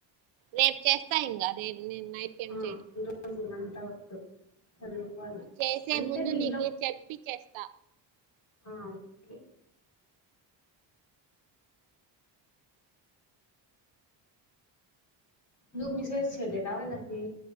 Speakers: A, on the right; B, on the left.
A: రేపు చేస్తా ఇంకా నే నేను నైట్ కి ఏం
B: ఆ
A: చేయాను
B: <unintelligible>
A: చేసే
B: అంటే
A: ముందు
B: దీంట్లో
A: నీకి చెప్పి చేస్తా
B: ఆ ఓకే నువ్వు మి స్ జ్ చేలేదా వాళ్లకి